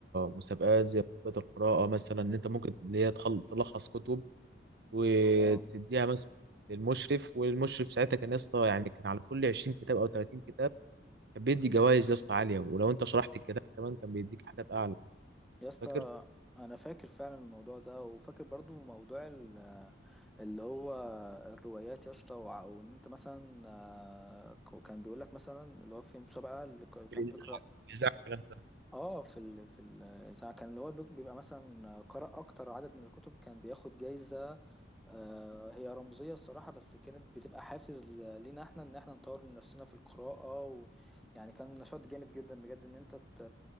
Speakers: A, on the right; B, in the centre.
A: مسابقات زي مسابقات القراءة مثلا إن أنت ممكن اللي هي تخل- تلخص كتب وتديها
B: اه
A: مثلا للمشرف والمشرف ساعتها كان يا اسطى يعني كان على كل 20 كتاب أو 30 كتاب كان بيدي جوائز يا اسطى عاليه ولو انت شرحت الكتاب كمان كان بيديك حاجات اعلى
B: يا اسطى
A: فاكر
B: انا فاكر فعلا الموضوع ده وفاكر برضو موضوع ال- اللي هو الروايات يا اسطى وع- وان انت مثلا آه، ك- كان بيقول لك مثلا اللي هو في مسابقة اللي ك- كان
A: في الإذاعة
B: بيقرأ
A: الإذاعة الكلام ده
B: اه في ال... في الاذاعه كان اللي هو بيبقى مثلا قرأ اكتر عدد من الكتب كان بياخد جايزة آه، هي رمزية الصراحة بس كانت بتبقى حافز ل- لينا احنا ان احنا نطور من نفسنا في القراءة و... يعني كان نشاط جامد جدا بجد ان انت ت...